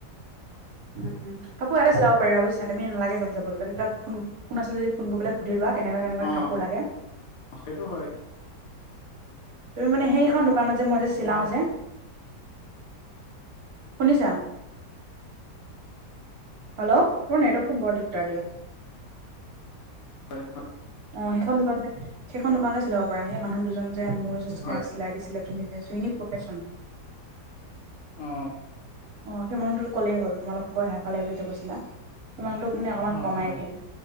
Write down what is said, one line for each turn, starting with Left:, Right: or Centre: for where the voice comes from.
Right: উম কাপোৰ এয়াতে চিলাব পাৰিব বুজিছা তুমি নালাগে তাত যাবলৈ যদি তাত ফোন ফোন আছে যদি ফোন কৰি পেলাই সুধি লোৱা। কেনেকুৱা কেনেকুৱা
Left: অ
Right: কাপোৰ লাগে।
Left: সেইটো হয়
Right: তুমি মানে সেইখন দোকানত যে মই যে চিলাওঁ যে। শুনিছা। হেল্ল' তোমাৰ নেটৱৰ্কটো বৰ দিগদাৰ দিয়া।
Left: হয় হয়।
Right: অ সেইখন দোকানতে সেইখন দোকানতে চিলাব পাৰা সেই মানুহ দুজন যে মোৰ যে চিলাই
Left: হয়
Right: চিলাই দিছিলে। তুমি যে চিনি পোৱাই চোন।
Left: অ
Right: অ সেই মানুহটোক ক'লেই হ'ল তোমালোকৰ হেফালে বুলি যে কৈছিলা সেই মানুহটোক মানে অকণমান
Left: অ
Right: কমাই
Left: অ
Right: দিয়ে।